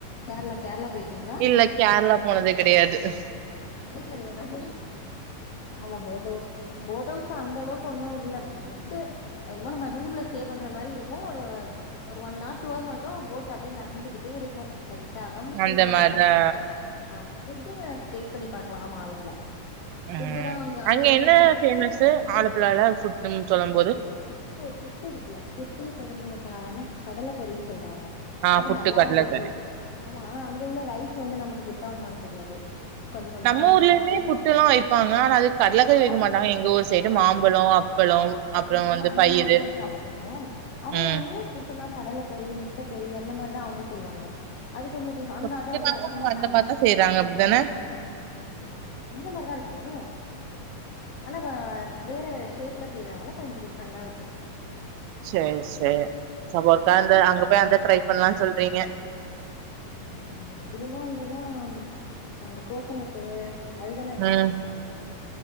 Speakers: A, on the left (about 85°); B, on the right (about 85°).
A: கேரளா கேரளா போயிருக்கீங்களா
B: இல்ல கேரளா போனது கெடையாது டஸ்
A: <unintelligible> ஆமா போட் வொஸ் போட் வொஸ்ல அந்த அளவுக்கு ஒண்ணு இல்ல ஃபுட்டு என்னமோ நம்ம ரூம்ல ஸ்டே பண்ற மாரி இருக்கு ஒரு ஒன் ஆர் டூ ஆர் மட்டு போட் அப்டி நகந்துகிட்டே இருக்கு லைட்டா ரொம்ப ஸ்பீடா
B: அந்த
A: எல்லா
B: மாரிதா
A: போமாட்டாங்க ஆ ஃபுட்டு சர்ச் பண்ணி பாக்கலாம் ஆமா ஆலப்புழா
B: ம்
A: ஃபுட்டு தா
B: அங்க
A: உள்ள
B: என்ன ஃபேமஸ் ஆலப்புழால்ல ஃபூட்ஸ்ன்னு சொல்லும் போது
A: புட்டு புட்டு இருக்குல புட்டு குடல்ல க என்ன கடலை கறி சொல்றாங்க
B: ஆ
A: அது
B: புட்டு,
A: நல்லா
B: கடலக்கறி.
A: இருந்துச்சு ஆமா ஆனா அங்க உள்ள ரைஸ் வந்து நமக்கு செட் ஆகுமானு தெரியாது கொஞ்ச கொஞ்சோ
B: நம்ம ஊர்லயுமே
A: பழகு
B: புட்டு எல்லாம் வைப்பாங்க ஆனா அது கடலக்கறி வைக்க
A: அது
B: மாட்டாங்க எங்க ஊர் சைடு
A: ஆமா
B: மாம்பழம் அப்பளம் அப்புறம்
A: ஆமா நம்ம
B: வந்து
A: அந்த
B: பயிறு.
A: மாதிரி சாப்பிடுவோம் அவுங்க
B: ம்.
A: வந்து புட் டுன்னா கடலைக்கறி முட்டை கறி அந்த மாதிரிதான் அவுங்க செய்யறாங்க அது கொஞ்சம் டிப்
B: இப்ப
A: அங்க
B: புட்டுனாலே
A: அதான் அது அதிகமா
B: அவங்க
A: ஃபேமஸ்
B: அந்த மாரி தான் செய்றாங்க. அப்டிதானே?
A: ஆமா இந்த மாதிரிதான் இருக்கும் ஆனா வேற வேற ஷேப்ல செய்யறாங்கள கொஞ்சம் டிஃப்ரெண்டா இருக்கும்
B: செர் செர் சப்போர்க்கா அந்த அங்க போய் அந்த ட்ரை பண்ணலாம்னு சொல்றீங்க
A: பண்ண அதிகமா வந்தன்னா அந்த கோக்கனட்டு அதுதான் நாங்க
B: ம்.
A: ஃபேமஸ் பாத்துட்டு வந்தோம்